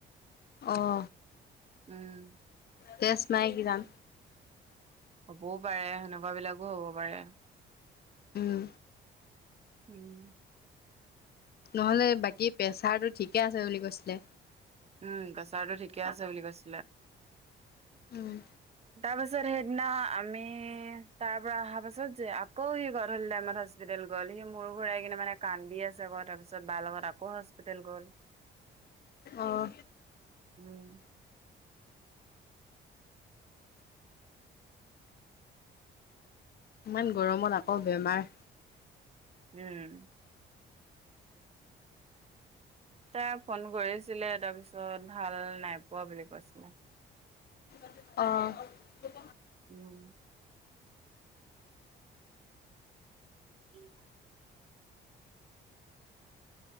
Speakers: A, on the left; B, on the right.
A: অহ।
B: উম।
A: তেজ নাই কিজান।
B: হ'বও পাৰে সেনেকুৱাবিলাকো হ'ব পাৰে।
A: উম
B: উম।
A: নহ'লে বাকী প্ৰেচাৰটো ঠিকে আছে বুলি কৈছিলে।
B: উম, প্ৰেচাৰটো ঠিকে আছে বুলি কৈছিলে।
A: উম।
B: তাৰ পাছত সেইদিনা আমি তাৰ পৰা অহা পাছত যে আকৌ সি গধূলি টাইমত হস্পিতাল গ'ল। সি মোৰ ঘূৰাই কেনে মানে কান্দি আছে, আকৌ তাৰপিছত বাৰ লগত আকৌ হস্পিতেল গ'ল।
A: আহ।
B: উম।
A: ইমান গৰমত আকৌ বেমাৰ
B: উম। তাই ফোন কৰিছিলে তাৰপিছত ভাল নাই পোৱা বুলি কৈছিলে। <inaudible>
A: অ'।
B: উম। <inaudible>